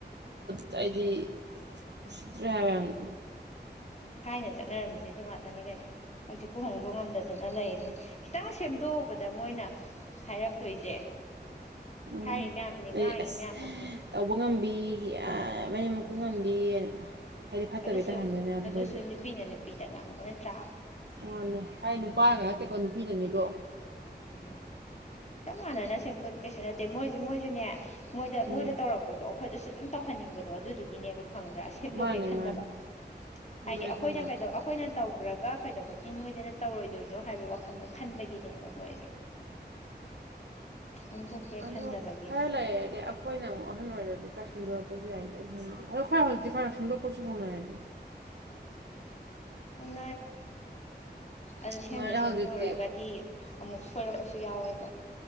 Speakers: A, on the right; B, on the left.
A: ꯇꯑꯩꯗꯤ ꯎꯁꯤꯠꯇ꯭ꯔꯦ ꯍꯥꯏꯕ ꯌꯥꯝꯅ
B: ꯊꯥꯏꯅ ꯆꯠꯅꯔꯝꯃꯤꯁꯦ ꯗꯨ ꯉꯥꯛꯇꯅꯤ ꯀꯩꯅꯣ ꯍꯧꯖꯤꯛꯄꯨ ꯍꯣꯡꯗꯣꯛ ꯉꯝꯗꯗꯅ ꯂꯩꯔꯤ ꯈꯤꯇꯪ ꯁꯦꯝꯗꯣꯛꯎꯕꯗ ꯃꯣꯏꯅ ꯍꯥꯏꯔꯛꯇꯣꯏꯁꯦ
A: ꯎꯝ
B: ꯍꯥꯏꯔꯤ ꯃꯌꯥꯝꯁꯦ
A: ꯑꯩ
B: ꯉꯥꯡꯉꯤ
A: ꯑꯁ
B: ꯃꯌꯥꯝꯁꯦ
A: ꯇꯧꯕ ꯉꯝ ꯕꯤ ꯃꯅꯦꯝ ꯃꯈꯨ
B: ꯎꯝ
A: ꯉꯝꯕꯤꯑꯅ ꯍꯥꯏꯗꯤ ꯐꯠꯇꯕꯤ
B: ꯑꯗꯨꯁꯨ
A: ꯇꯥꯍꯟꯗꯣꯏꯅꯦꯕ
B: ꯑꯗꯨꯁꯨ
A: ꯑꯩꯈꯣꯏꯁꯦ
B: ꯅꯨꯄꯤꯅ ꯅꯨꯄꯤꯗ ꯉꯥꯡꯕ ꯅꯠꯇ꯭ꯔꯥ
A: ꯃꯥꯅꯦ ꯍꯥꯏ ꯅꯨꯄꯥꯒ ꯅꯠꯇꯦꯀꯣ ꯅꯨꯄꯤꯅꯅꯤꯀꯣ
B: ꯑꯗꯨꯅꯦ ꯆꯞ ꯃꯥꯟꯅꯅ ꯁꯦꯝꯗꯣꯛꯑꯗꯤ ꯀꯩꯁꯨ ꯅꯠꯇꯦ ꯃꯣꯏꯁꯨ ꯃꯣꯏꯁꯨꯅꯦ ꯃꯣꯏꯗ
A: ꯎꯝ
B: ꯃꯣꯏꯗ ꯇꯧꯔꯛꯄꯗꯣ ꯑꯩꯈꯣꯏꯗꯁꯨ ꯑꯗꯨꯝ ꯇꯧꯍꯟꯅꯤꯡꯕꯗꯣ ꯑꯗꯨꯗꯨꯒꯤꯅꯦꯕ ꯈꯪꯕ꯭ꯔꯥ ꯁꯦꯝꯗꯣꯛꯀꯦ
A: ꯃꯥꯅꯦ
B: ꯈꯟꯗꯕ
A: ꯃꯥꯅꯦ
B: ꯍꯥꯏꯗꯤ
A: ꯑꯗꯨꯒꯤ
B: ꯑꯩꯈꯣꯏꯅ
A: ꯈꯟꯗꯕ
B: ꯀꯩꯗꯧ ꯑꯩꯈꯣꯏꯅ ꯇꯧꯈ꯭ꯔꯒ ꯀꯩꯗꯧꯕ ꯁꯤ ꯅꯣꯏꯗꯅ ꯇꯧꯔꯣꯏꯗꯣꯏꯅꯣ ꯍꯥꯏꯕꯩ ꯋꯥꯈꯟꯗꯣ ꯈꯟꯕꯒꯤꯅꯦꯕ ꯃꯣꯏ <unintelligible> ꯁꯦꯝꯗꯣꯛꯀꯦ
A: ꯎꯝ ꯑꯗꯣ
B: ꯈꯟꯗꯕꯒꯤꯅꯤ
A: ꯈꯔ ꯂꯩꯔꯗꯤ ꯑꯩꯈꯣꯏꯅ ꯑꯃꯨꯛ ꯑꯍꯟ ꯑꯣꯏꯔꯗꯤ ꯀꯥꯏꯁꯟꯗꯣꯔꯛꯄꯁꯨ ꯌꯥꯏ꯭ꯗꯅ ꯈꯜꯂꯤꯕ ꯑꯗꯣ ꯑꯩꯈꯣꯏ ꯍꯧꯖꯤꯛꯇꯤ ꯈꯔ ꯁꯦꯝꯗꯣꯛꯄꯁꯨ ꯍꯧꯅꯔꯦꯗ
B: ꯎꯝ <inaudible> ꯑꯗꯨ ꯁꯦꯝꯗ
A: ꯍꯧꯅꯔꯦ
B: ꯁꯦꯝꯗꯣꯛꯎꯔꯒꯗꯤ
A: ꯍꯧꯖꯤꯛꯇꯤ
B: ꯑꯃꯨꯛ ꯁꯣꯏꯔꯛꯄꯁꯨ ꯌꯥꯎꯋꯦꯕ